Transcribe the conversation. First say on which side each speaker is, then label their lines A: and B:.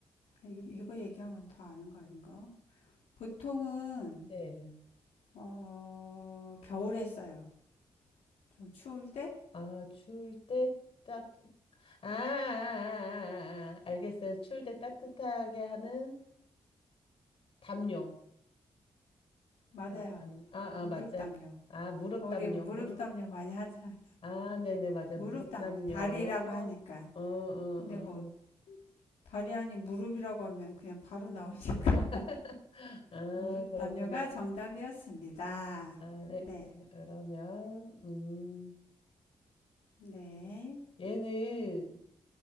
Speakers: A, on the left; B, on the left.
A: 아, 이- 거 얘기하면 다 아는 거 아닌가? 보통은
B: 네.
A: 어, 겨울에 써요. 좀 추울 때?
B: 아, 추울 때 따뜻, 아, 아, 아, 아, 아. 알겠어요. 추울 때 따뜻하게 하는 담요.
A: 맞아요.
B: 아, 아니, 아,
A: 무릎
B: 아, 맞아요.
A: 담요.
B: 아, 무릎
A: 우리
B: 담요,
A: 무릎
B: 무릎.
A: 담요 많이 하잖아.
B: 아, 네네, 맞아요.
A: 무릎
B: 무릎
A: 담요.
B: 담요.
A: 다리라고
B: 어,
A: 하니까.
B: 어, 어,
A: 근데 뭐
B: 어.
A: 다리 아닌 무릎이라고 하면 그냥 바로 나오니까.
B: <laughs>
A: <laughs>
B: 아,
A: 무릎
B: 그렇구나.
A: 담요가 정답이었습니다.
B: 아, 네.
A: 네.
B: 그러면, 음,
A: 네.
B: 얘는